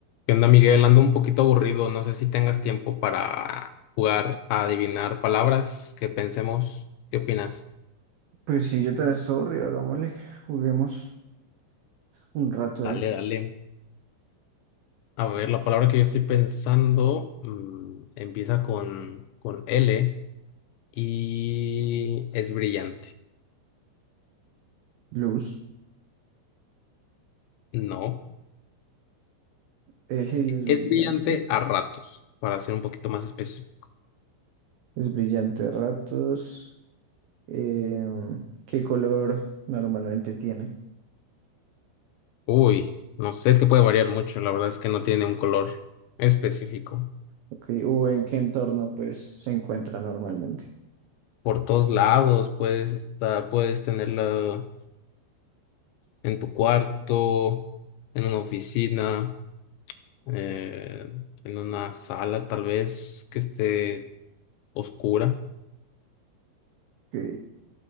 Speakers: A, on the left; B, on the right.
A: ¿Qué onda, Miguel? Ando un poquito aburrido. No sé si tengas tiempo para jugar a adivinar palabras que pensemos. ¿Qué opinas?
B: Pues sí, yo también sorry, hagámosle, juguemos un rato
A: Dale,
B: ahí.
A: dale. A ver, la palabra que yo estoy pensando mm, empieza con, con L y es brillante.
B: Luz,
A: No,
B: L es
A: es
B: brillante,
A: brillante a ratos, para ser un poquito más específico.
B: es brillante a ratos. Em, ¿qué color normalmente tiene?
A: Uy, no sé, es que puede variar mucho. La verdad es que no tiene un color específico.
B: Ok, o en qué entorno pues se encuentra normalmente.
A: Por todos lados puedes estar, puedes tenerla. en tu cuarto, en una oficina, eh, en una sala tal vez que esté oscura.
B: Ok,